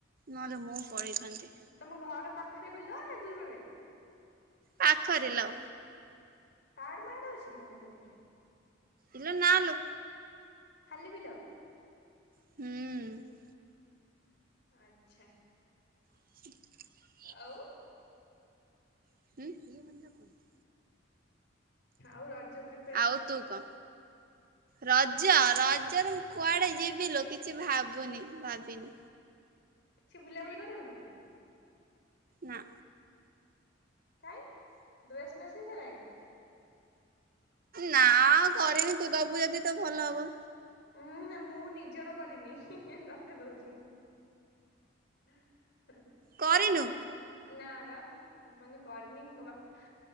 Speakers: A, on the right; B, on the left.
A: ନହେଲେ ମୁଁ ପଲେଇଥାନ୍ତି।
B: ତମ ଘର ପାଖରେ ବିଲ ନା ଦୂରରେ?
A: ପାଖରେ ଲୋ।
B: ପାହାଡ ମାଆଡ ଅଛି କି ତମ ସେଇଠି?
A: ଇଲୋ ନାଲୋ।
B: ଖାଲି ବିଲ
A: ହୁଁ।
B: ଆଚ୍ଛା।
A: <inaudible>
B: ଆଉ
A: ଉଁ <inaudible>
B: ଆଉ ରଜ ପ୍ରି
A: ଆଉ ତୁ କହ? ରଜ ରଜ ରୁ କୁଆଡ଼େ ଯିବି ଲୋ କିଛି ଭାବୁନି ଭାବିନି।
B: କିଛି ବୁଲାବୁଲି କରିବୁନୁ।
A: ନାଁ
B: କାଇଁ ଡ୍ରେସ୍ ମେସ ହେଇସାରଲାଣି?
A: ନା କରିନି ତୁ ଦବୁ ଯଦି ତୋ ଭଲ ହବ।
B: ଉୁଁ ମୁଁ ନିଜର କରିନି ତତେ ଦୋଉଚି। <unintelligible>
A: କରିନୁ?
B: ନା ବା ଏପଯ୍ୟନ୍ତ କରିନି କବାକ